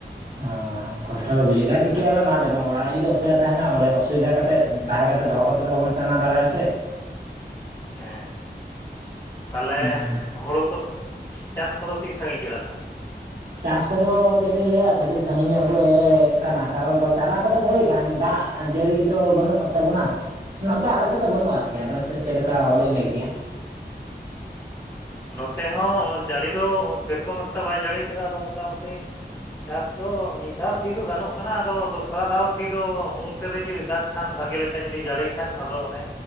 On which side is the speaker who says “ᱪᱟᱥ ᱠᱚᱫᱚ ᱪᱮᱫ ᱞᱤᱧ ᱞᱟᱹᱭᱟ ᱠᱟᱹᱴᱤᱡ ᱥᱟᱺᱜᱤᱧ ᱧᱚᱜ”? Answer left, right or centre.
Right